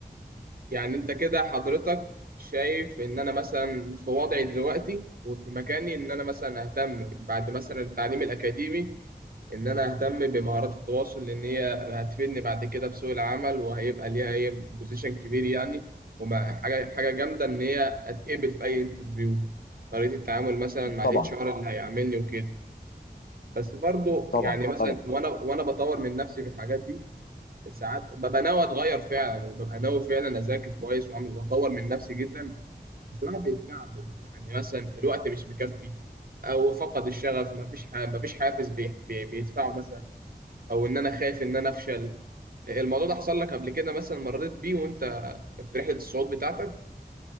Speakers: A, on the right; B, on the left.
A: يعني انت كده حضرتك شايف ان انا مثلا في وضعي دلوقتي وفي مكاني ان انا مثلا اهتم بعد مثلا التعليم الاكاديمي ان انا اهتم بمهارات التواصل لان هي هتفيدني بعد كده في سوق العمل وهيبقى ليها هي بوزيشن كبير يعني وما حاجه حاجه جامده ان هي اتقبل في اي انترفيو طريقه التعامل مثلا مع
B: طبعا
A: الاتش ار اللي هيعاملني وكده بس برضه
B: طبعا
A: يعني مثلا
B: طبعا
A: وانا وانا بطور من نفسي في الحاجات دي ساعات ببقى ناوي اتغير فعلا وببقى ناوي فعلا اذاكر كويس واعمل واطور من نفسي جدا بس الواحد بيتكعبل يعني مثلا الوقت مش مكفي او فقد الشغف ما فيش ما فيش حافز بي- بي- بيدفعه مثلا او ان انا خايف ان انا افشل الموضوع ده حصل لك قبل كده مثلا مريت بيه وانت في رحلة الصعود بتاعتك